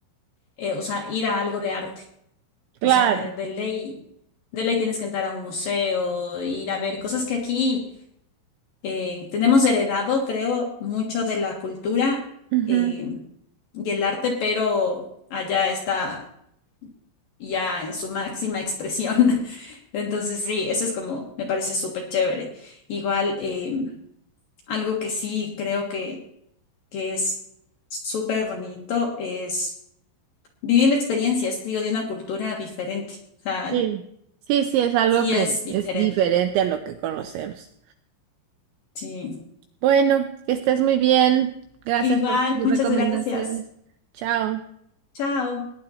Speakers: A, on the left; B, on the right.
A: eh, o sea, ir a algo de arte.
B: Claro.
A: O sea, de ley, de ley tienes que entrar a un museo, ir a ver cosas que aquí eh, tenemos heredado, creo, mucho de la cultura
B: ujú,
A: eh, y el arte, pero allá está ya en su máxima expresión. <laughs> Entonces, sí, eso es como, me parece súper chévere. Igual, eh, algo que sí creo que, que es súper bonito es vivir la experiencia, es, digo, de una cultura diferente. O sea,
B: Sí. Sí, sí, es algo
A: sí
B: que
A: es diferente.
B: es diferente a lo que conocemos.
A: Sí.
B: Bueno, que estés muy bien. Gracias
A: Igual,
B: por tus
A: muchas
B: recomendaciones.
A: gracias.
B: Chao.
A: Chao.